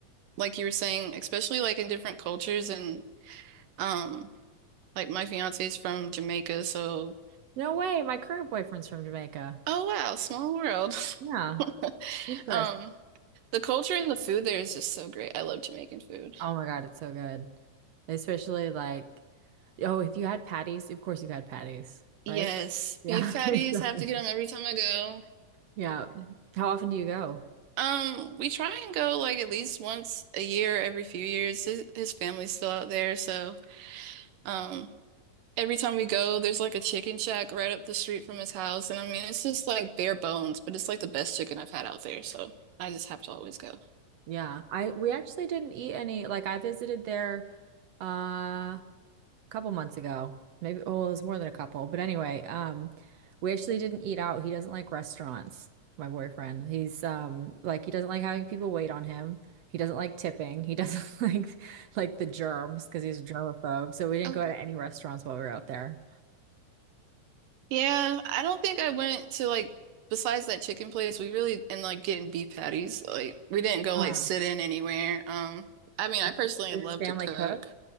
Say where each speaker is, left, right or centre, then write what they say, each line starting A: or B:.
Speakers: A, on the right; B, on the right.
A: like you were saying, especially like in different cultures and um like my fiance is from Jamaica, so
B: No way, my current boyfriend's from Jamaica.
A: oh wow, small world.
B: Yeah,
A: <laughs>
B: interesting.
A: Um the culture and the food there is just so great. I love Jamaican food.
B: Oh my God, it's so good. Especially like, oh, if you had patties, of course you had patties,
A: Yes,
B: right? Yeah.
A: beef patties,
B: <laughs> It's so
A: I have
B: good.
A: to get them every time I go.
B: Yeah. How often do you go?
A: Um, we try and go like at least once a year, every few years. His, his family's still out there, so um, every time we go, there's like a chicken shack right up the street from his house, and I mean, it's just like bare bones, but it's like the best chicken I've had out there, so I just have to always go.
B: Yeah. I we actually didn't eat any. Like I visited there uh couple months ago. Maybe, well, it was more than a couple. But anyway, um, we actually didn't eat out. He doesn't like restaurants, my boyfriend. He's um like he doesn't like having people wait on him. He doesn't like tipping. He doesn't <laughs> like like the germs because he's a germaphobe. So we didn't
A: Oh,
B: go to any restaurants while we were out there.
A: yeah. I don't think I went to like besides that chicken place, we really and like getting beef patties. Like we didn't go
B: Huh.
A: like sit in anywhere. Um, I mean,
B: Does
A: I personally love
B: his family
A: to cook.
B: cook?